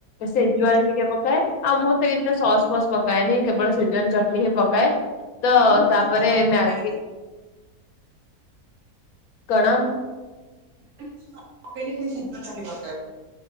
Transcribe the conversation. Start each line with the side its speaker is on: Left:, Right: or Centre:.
Left: ସେଜୱାନ ଟିକେ ପକାଏ। ଆଉ ମୁଁ ତ ଏତେ ସସ୍ ଫସ୍ ପକାଏନି କେବଳ ସେଜୱାନ ଚଟଣି ହିଁ ପକାଏ ତ
Right: ମୁଁ ବି କିଛି
Left: ତା ପରେ ଏ
Right: ପକାଏନି,
Left: ମ୍ୟାଗ
Right: ଖାଲି
Left: କଣ?
Right: ମ ଖ ସିଦ୍ଧ ଚାଲି ପକା <unintelligible> ଏ।